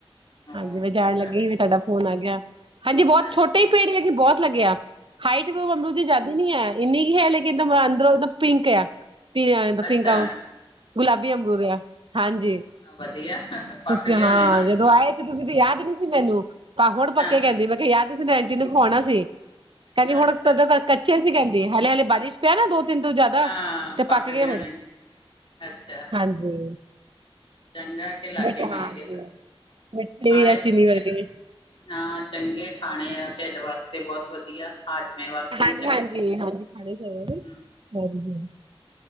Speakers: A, on the left; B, on the right.
A: ਹੋਰ
B: ਹਾਂਜੀ ਮੈਂ
A: ਚੰਗਾ
B: ਜਾਣ ਲੱਗੀ
A: ਤੇ
B: ਸੀ ਤੁਹਾਡਾ ਫੋਨ ਆ ਗਿਆ ਹਾਂਜੀ ਬਹੁਤ
A: ਅੱਛਾ
B: ਛੋਟੇ ਹੀ ਭੀੜ ਲਗੀ ਬਹੁਤ ਲੱਗਿਆ ਹਾਈਟ ਵੀ ਅਮਰੂਦ ਦੀ ਜਾਦੀ ਨੀ ਹੈ ਇੰਨੀ ਕੁ ਹੈ ਲੇਕਿਨ ਕਿੰਨਾ ਮਜਾ ਅੰਦਰੋਂ ਦ ਪਿੰਕ ਐ ਚਾਅ ਪੀ
A: ਅੱਛਾ
B: ਪਿੰਕ ਆ ਗੁਲਾਬੀ ਅਮਰੂਦ ਆ ਹਾਂਜੀ
A: ਵਧੀਆ ਪੱਕ
B: ਤੋਂ
A: ਗਏ ਹੋਣੇ ਨਾ ਹੁਣ।
B: ਜਦੋਂ ਆਏ ਤੁਸੀਂ ਤੇ ਯਾਦ ਨੀ ਸੀ ਮੈਂਨੂੰ ਆਪ ਹੁਣ ਪੱਕੇ
A: ਹਾਂ,
B: ਕੀਹਿੰਦੀ ਮੈਂ ਕਿਹਾ ਯਾਦ ਨਹੀਂ ਸੀ ਅੰਟੀ ਨੂੰ ਖਵਾਉਣਾ ਸੀ। ਕਹਿੰਦੀ ਹੁਣ
A: ਅੱਛਾ
B: ਕੱਚਿਆਂ ਸੀ ਕਹਿੰਦੀ ਹਲੇ -ਹਲੇ ਬਾਰਿਸ਼ ਪਿਆ ਦੋ, ਤਿੰਨ ਤੋਂ ਜਿਆਦਾ
A: ਹਾਂ
B: ਤੇ ਪੱਕ
A: ਗਏ
B: ਗੇ ਹੁਣ
A: ਹੋਣੇ ਨੇ, ਅੱਛਾ।
B: ਹਾਂਜੀ
A: ਚੰਗਾ ਕਿ ਲਾਗੇ
B: ਮਿੱਠੇ
A: ਮਿਲ
B: ਹਾਂਜੀ
A: ਗਏ ਸਗੋਂ,
B: ਮਿੱਠੇ
A: ਖਾਣੇ
B: ਈ ਐ ਚੀਨੀ ਵਰਗੇ।
A: ਹਾਂ ਚੰਗੇ ਖਾਣੇ ਆ ਢਿੱਡ ਵਾਸਤੇ ਬਹੁਤ ਵਧੀਆ ਹਾਜਮੇ ਵਾਸਤੇ
B: ਹਾਂਜੀ
A: ਵੀ ਚੰਗੇ
B: -ਹਾਂਜੀ, ਹਾਂਜੀ -ਹਾਂਜੀ ਖੜੇ ਹੋਇਓ ਬਈ
A: ਹੂੰ
B: ਹਾਂਜੀ।